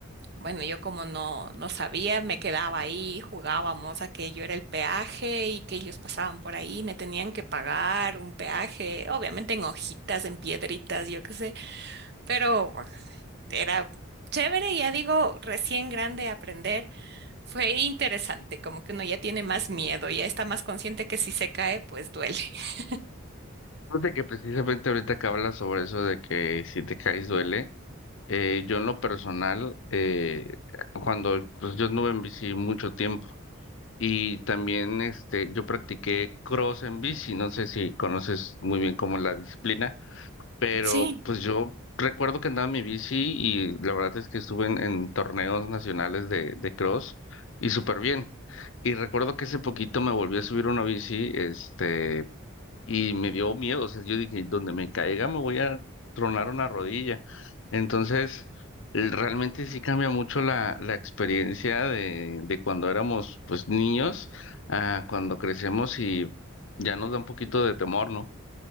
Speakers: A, on the right; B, on the left.
A: bueno, yo como no, no sabía, me quedaba ahí, jugábamos a que yo era el peaje y que ellos pasaban por ahí, me tenían que pagar un peaje, obviamente en hojitas, en piedritas, yo qué sé. Pero era chévere, ya digo, recién grande aprender, fue interesante, como que uno ya tiene más miedo, ya está más consciente que si se cae, pues duele. <laughs>
B: Fíjate que precisamente ahorita que hablas sobre eso de que si te caes duele, eh, yo en lo personal, eh, cuando pues, yo anduve en bici mucho tiempo, Y también este, yo practiqué cross en bici, no sé si conoces muy bien como la disciplina, pero
A: Sí,
B: pues yo recuerdo que andaba en mi bici y la verdad es que estuve en, en torneos nacionales de, de cross y súper bien. Y recuerdo que hace poquito me volví a subir una bici, este, y me dio miedo, o sea, yo dije, donde me caiga me voy a tronar una rodilla. Entonces, el- realmente sí cambia mucho la, la experiencia de, de cuando éramos pues niños a cuando crecemos y ya nos da un poquito de temor, ¿no?